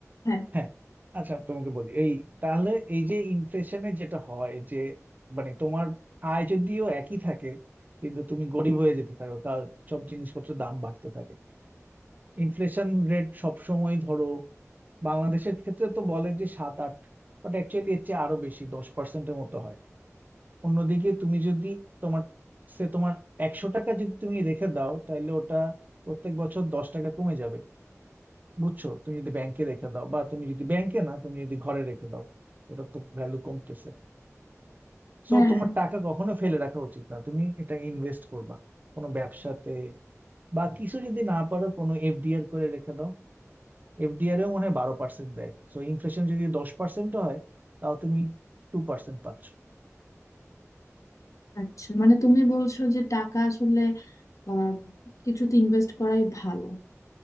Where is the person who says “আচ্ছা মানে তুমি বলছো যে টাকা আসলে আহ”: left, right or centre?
Left